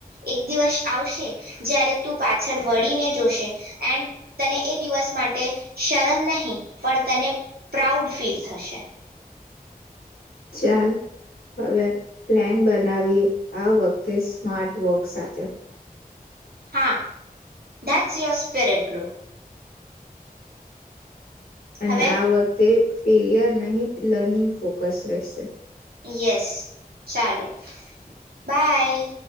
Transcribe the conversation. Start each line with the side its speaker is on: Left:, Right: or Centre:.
Right: એક દિવસ આવશે જ્યારે તું પાછળ વળીને જોશે, એન્ડ તને એ દિવસ માટે શરમ નહીં, પણ તને પ્રાઉડ ફીલ થશે.
Left: ચાલ. હવે પ્લેન બનાવીએ, આ વખતે સ્માર્ટ વર્ક સાથે.
Right: હા. That's your સ્પેરેટ્રો.
Left: અને
Right: હવે
Left: આ વખતે ફેલિયર નહીં, લર્નિંગ ફોકસ રહેશે.
Right: યસ, ચાલો. બાય.